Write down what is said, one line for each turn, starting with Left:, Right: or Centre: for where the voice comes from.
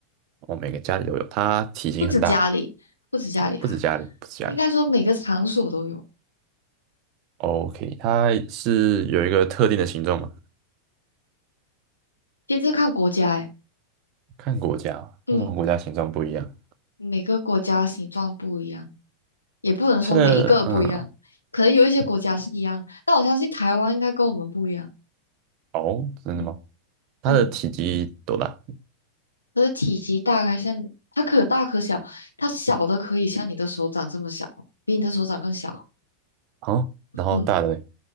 Right: 我每个家里都有，它体型很大，
Left: 不止家里，不止家里啊，
Right: 不止家里，不止家里。
Left: 应该说每个场所都有。
Right: OK，它是有一个特定的形状吗？
Left: 其实看国家，哎，
Right: 看国家哦，
Left: 嗯，
Right: 为什么国家形状不一样。
Left: 每个国家形状不一样，也不能说每一个都不一样，
Right: 它的嗯，
Left: 可能有一些国家是一样，但我相信台湾应该跟我们不一样。
Right: 哦，真的吗？
Left: 嗯
Right: 它的体积多大？
Left: 嗯，它的体积大概像它可大可小，它小的可以像你的手掌这么小，比你的手掌更小。
Right: 哦，然后大的
Left: 嗯，